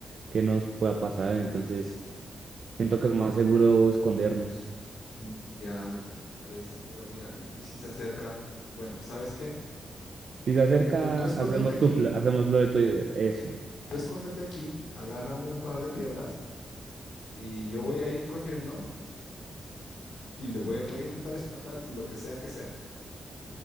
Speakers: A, on the right; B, on the left.
A: qué nos pueda pasar. Entonces, siento que es más seguro escondernos.
B: Mm. Ya me parece, pero mira, y, y si se acerca, bueno, ¿sabes qué?
A: Si se acerca,
B: Tú, tú, tú escóndete
A: hacemos
B: aquí
A: tu, pla- hacemos lo de tu, eso.
B: Tú escóndete aquí, agarra un, par de piedras y yo voy a ir corriendo y le voy a, voy a intentar espantar lo que sea que sea.